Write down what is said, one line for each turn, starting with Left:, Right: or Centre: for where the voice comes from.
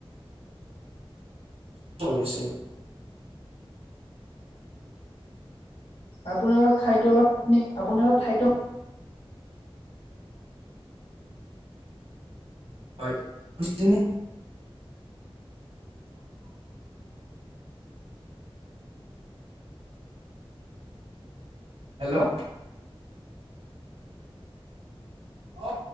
Right: অ আছে <unintelligible>
Left: আপোনাৰ অপ ঠাইতো অলপ নে আপোনাৰ ঠাইতো
Right: হয়। শুনিছেনে? হেল্ল' অ